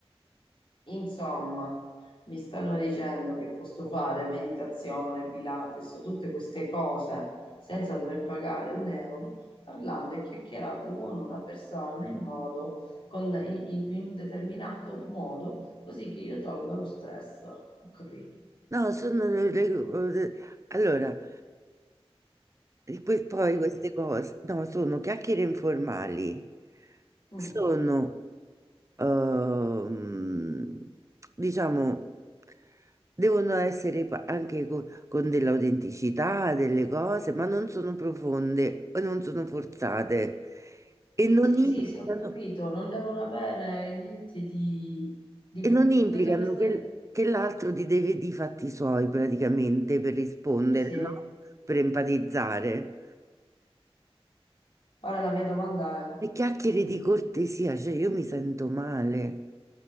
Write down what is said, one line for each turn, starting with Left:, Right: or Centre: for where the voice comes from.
Left: insomma, mi stanno dicendo che posso fare meditazione, Pilates, tutte queste cose senza dover pagare un euro, parlando e chiacchierando con una persona in modo, con- in, in- in un determinato modo, così che io tolga lo stress. Ho capito,
Right: No, sono le- le- Allora, di que- poi
Left: ho capito.
Right: queste cose, no, sono chiacchiere informali,
Left: Mm.
Right: sono, ehm, diciamo, devono essere pa- anche co- con, dell'autenticità, delle cose, ma non sono profonde, e non sono forzate e non
Left: Sì,
Right: implicano.
Left: sì, sì, ho capito, non devono avere niente di, di-
Right: E non implicano
Left: non devono essere...
Right: che, che l'altro ti deve di fatti suoi praticamente per rispondere,
Left: Eh sì,
Right: no? Per empatizzare.
Left: ora la mia domanda è,
Right: Le chiacchiere di cortesia, cioè io mi sento male.